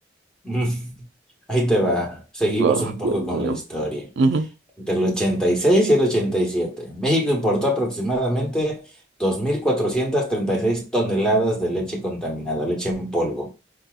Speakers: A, in the centre; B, on the right.
A: <laughs> Ahí te va. Seguimos
B: Oh,
A: un poco
B: Dios
A: con
B: mío.
A: la historia.
B: Ujú,
A: entre el 86 y seis y el 87, México importó aproximadamente 2.436 toneladas de leche contaminada, leche en polvo.